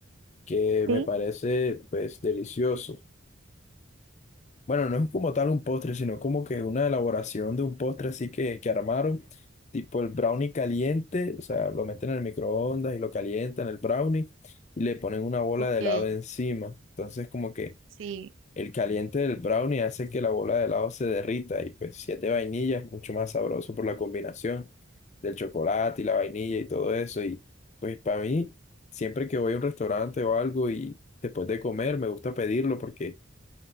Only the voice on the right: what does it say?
Sí,
Ok,
sí,